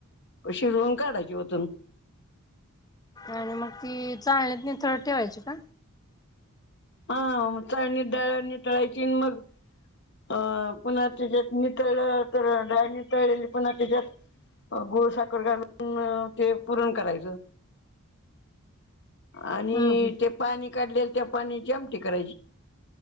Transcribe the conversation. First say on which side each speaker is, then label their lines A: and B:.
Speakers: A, on the left (about 55°); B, on the left (about 15°).
A: शिजवून काढायची वतून.
B: आणि मग ती चालणीत नितळत ठेवायची का.
A: हा.. चाळणीत डाळ नितळायची मग, अं पुन्हा त्याच्यात नितळलं, तर डाळ नितळलेली पुन्हा त्याच्यात गुळ साखर घालून ते पुरण करायचं. आणि
B: हम्म हम्म
A: ते पाणी काढलेल, त्या पाण्याची आमटी करायची.